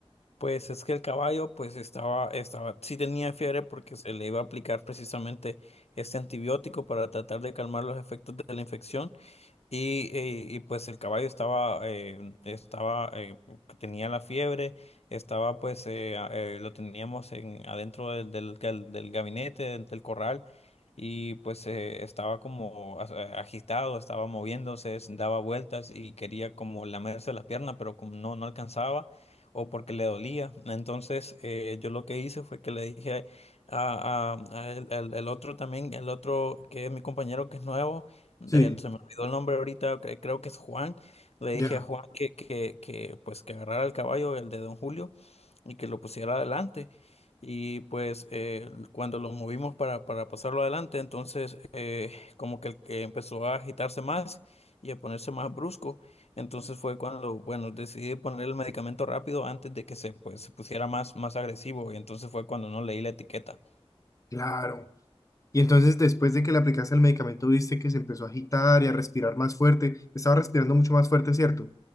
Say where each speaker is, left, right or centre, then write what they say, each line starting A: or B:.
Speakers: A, on the left; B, on the left.
A: Pues es que el caballo, pues estaba, estaba, sí tenía fiebre porque se le iba a aplicar precisamente este antibiótico para tratar de calmar los efectos de la infección. Y, eh, y pues el caballo estaba, eh, estaba, eh, tenía la fiebre, estaba pues, eh, a- eh, lo teníamos en, adentro del, del, del- del gabinete, del, del corral, y pues eh, estaba como as- eh, agitado, estaba moviéndose, se daba vueltas y quería como lamerse la pierna, pero como no, no alcanzaba, o porque le dolía. Entonces eh, yo lo que hice fue que le dije a, a- a el, el- el otro también, el otro que es mi compañero que es nuevo,
B: Sí,
A: eh, se me olvidó el nombre ahorita, cre- creo que es Juan. Le
B: ya.
A: dije a Juan que, que, que, pues que agarrara el caballo, el de Don Julio, y que lo pusiera adelante. Y pues eh, cuando lo movimos para, para pasarlo adelante, entonces eh, como que el que empezó a agitarse más y a ponerse más brusco. Entonces fue cuando, bueno, decidí poner el medicamento rápido antes de que se, pues, se pusiera más, más agresivo. Y entonces fue cuando no leí la etiqueta.
B: Claro. Y entonces después de que le aplicaste el medicamento, viste que se empezó a agitar y a respirar más fuerte. Estaba respirando mucho más fuerte, ¿cierto?